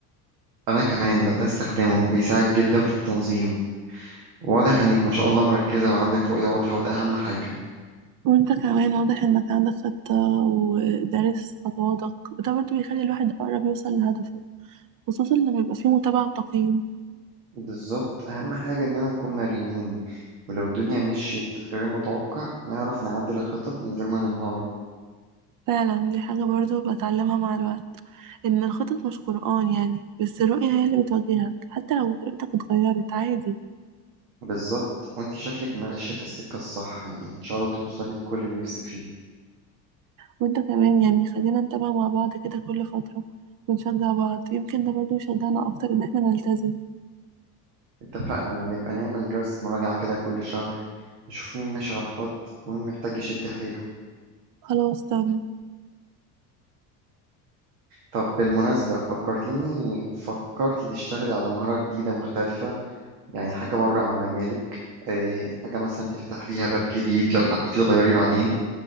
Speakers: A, on the right; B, on the right.
A: أنا كمان بدأت أستخدمه بيساعد جدا في التنظيم واضح انك ما شاء الله مركزة وعندك رؤية واضحة وده اهم حاجة
B: وانت كمان واضح انك عندك خطة ودارس خطواتك وده برضه بيخلي الواحد اقرب يوصل لهدفه خصوصا لما يبقى فيه متابعة وتقييم
A: بالظبط اهم حاجة اننا نكون مرنين ولو الدنيا مشيت غير المتوقع نعرف نعدل الخطط من غير ما ننهار
B: فعلا دي حاجة برضو بتعلمها مع الوقت إن الخطط مش قرآن يعني بس الرؤية هي اللي بتوجهك حتى لو رؤيتك اتغيرت عادي
A: بالظبط وانتي شكلك ماشية في السكة الصح يعني ان شاء الله توصلي لكل اللي نفسك فيه
B: وانت كمان يعني خلينا نتابع مع بعض كده كل فترة ونشجع بعض يمكن ده برضو يشجعنا أكتر إن احنا نلتزم
A: اتفقنا نبقى نعمل جلسة مراجعة كده كل شهر نشوف مين ماشي على الخط ومين محتاج يشد حيله
B: خلاص تم
A: طب بالمناسبة فكرتيني فكرتي تشتغلي على مهارة جديدة مختلفة يعني حاجة بره عن مجالك آه، حاجة مثلا تفتح فيها باب جديد لو حبيتي تغيري بعدين